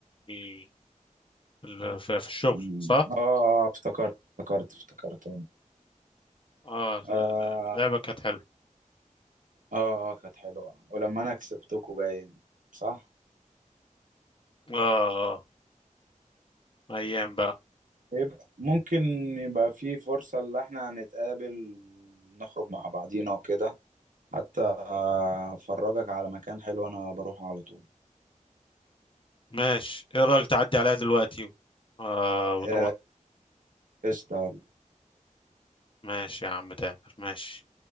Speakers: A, on the left; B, on the right.
A: في ال- في في الشغل
B: مم.
A: صح؟
B: اه آه، افتكرت افتكرت افتكرت
A: اه
B: آه.
A: لعبة كانت حلوة
B: اه اه كانت حلوة ولما انا كسبتكوا باين صح
A: اه اه ايام بقى
B: يبقى ممكن يبقى في فرصة اللي احنا هنتقابل نخرج مع بعضينا وكده حتى آه، افرجك على مكان حلو انا بروح على طول
A: ماشي ايه رأيك تعدي عليها دلوقتي و- آه ونروح
B: آه، قشطة
A: ماشي يا عم تامر ماشي